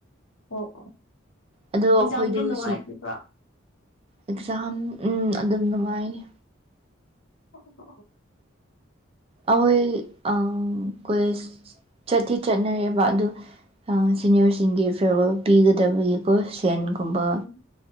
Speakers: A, on the left (about 70°); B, on the right (about 30°).
A: ꯑꯣ ꯑꯣ
B: ꯑꯗꯣ ꯑꯩꯈꯣꯏꯗꯨ
A: ꯑꯦꯖꯥꯝꯗꯤ ꯅꯨꯡꯉꯥꯏꯔꯤꯕ꯭ꯔꯥ꯫
B: ꯁꯤ ꯑꯦꯛꯖꯥꯝ ꯎꯝ ꯑꯗꯨꯝ ꯅꯨꯡꯉꯥꯏꯅꯤ꯫
A: ꯑꯣ <unintelligible>
B: ꯑꯍꯣꯢ ꯑꯥ ꯀꯣꯏꯁ ꯆꯠꯇꯤ ꯆꯠꯅꯔꯦꯕ ꯑꯗꯨ ꯁꯤꯅꯤꯌꯔꯁꯤꯡꯒꯤ ꯐꯦꯌꯔꯋꯜ ꯄꯤꯒꯗꯕꯒꯤꯀꯣ ꯐꯦꯟꯒꯨꯝꯕ
A: ꯎꯝ